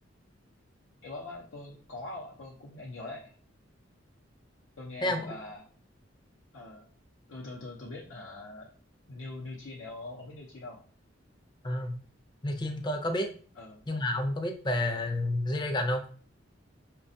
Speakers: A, on the left; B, on the left.
A: Thì bác, bác tôi có không ạ? Tôi cũng nghe nhiều đấy. Tôi nghe
B: thế ông
A: được
B: có
A: à
B: biết
A: ờ, tôi tôi tôi tôi biết à New New Chin này ông, ông biết New Chin không?
B: à, New Jeans tôi có biết
A: Ờ,
B: nhưng mà ông có biết về G-Dragon không